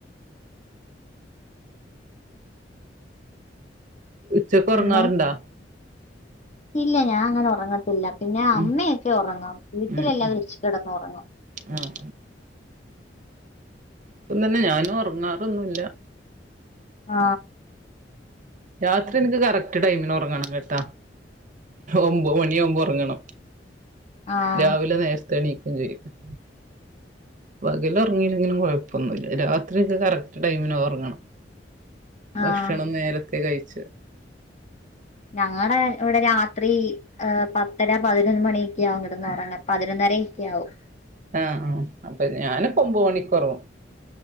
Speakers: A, on the right; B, on the left.
A: ഉച്ചക്ക്
B: പിന്നെ
A: ഉറങ്ങാറ്ണ്ടാ
B: ഇല്ല ഞാൻ അങ്ങനെ ഉറങ്ങത്തില പിന്നെ അമ്മയൊക്കെ
A: ഉം
B: ഒറങ്ങും വീട്ടിലെല്ലാരും
A: ഉം ഉം
B: ഉച്ചയ്ക്ക് കിടന്ന് ഉറങ്ങും
A: ആഹ് ഇപ്പം തന്നെ ഞാനും ഉറങ്ങാറൊന്നുല്ല
B: ആ
A: രാത്രി എനിക്ക് കറക്റ്റ് ടൈമിന് ഉറങ്ങണം കെട്ടാ ഒമ്പത് മണിയാവുമ്പോ ഉറങ്ങണം
B: ആഹ്
A: രാവിലെ നേരത്തെണീക്ക <unintelligible> പകൽ ഒറങ്ങില്ലെങ്കിലും കൊഴപ്പൊന്നുല്ല രാത്രി ഒക്കെ കറക്റ്റ് ടൈമിനുറങ്ങണം ഭക്ഷണം
B: ആഹ്
A: നേരത്തെ കഴിച്ച്
B: ഞങ്ങടെ ഇവിടെ രാത്രി പത്തര പതിനൊന്ന് മണിയോക്കെ ആവും കിടന്നുറങ്ങാൻ പതിനൊന്ന അരക്കാവും
A: ആ ആ അപ്പം ഞാനിപ്പോ ഒമ്പത് മണിക്കുറങ്ങും